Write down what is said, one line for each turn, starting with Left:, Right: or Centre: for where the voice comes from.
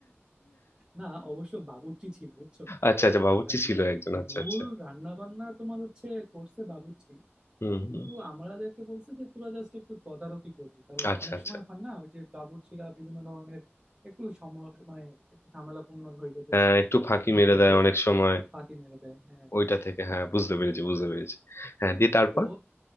Right: না অবশ্য বাবুর্চি ছিল বুঝছো
Left: আচ্ছা আচ্ছা বাবুর্চি
Right: আম,
Left: ছিল একজন আচ্ছা
Right: মূল
Left: আচ্ছা
Right: রান্না বান্না তোমার হচ্ছে করছে বাবুর্চি
Left: হুম
Right: কিন্তু
Left: হুম
Right: আমাদেরকে বলছে যে তোরা জাস্ট একটু তদারকি করবি কারণ
Left: আচ্ছা
Right: অনেক
Left: আচ্ছা
Right: সময় হয় না ওই যে বাবুর্চিরা বিভিন্ন ধরনের একটু সম মানে একটু ঝামেলাপূর্ণ হইলে তো
Left: হ্যাঁ
Right: তোমার
Left: একটু ফাঁকি
Right: জিনিসপত্র
Left: মেরে দেয় অনেক সময়
Right: ফাঁকি মেরে দেয় হ্যাঁ
Left: ওইটা থেকে হ্যাঁ বুঝতে পেরেছি বুঝতে পেরেছি হ্যাঁ দিয়ে তারপর
Right: তো